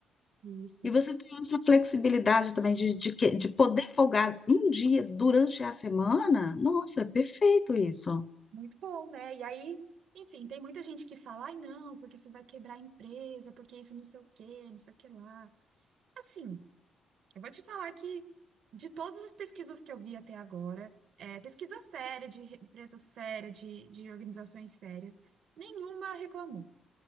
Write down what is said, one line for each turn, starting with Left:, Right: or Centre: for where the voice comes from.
Right: Isso.
Left: E você tem essa flexibilidade também de, de, que- de poder folgar um dia durante a semana, nossa, é perfeito isso.
Right: Muito bom, né? E aí, enfim, tem muita gente que fala, ai, não, porque isso vai quebrar a empresa, porque isso não sei o quê, não sei o que lá. Assim, Eu vou te falar que de todas as pesquisas que eu vi até agora, é, pesquisa séria, de re- empresa séria, de, de organizações sérias, nenhuma reclamou.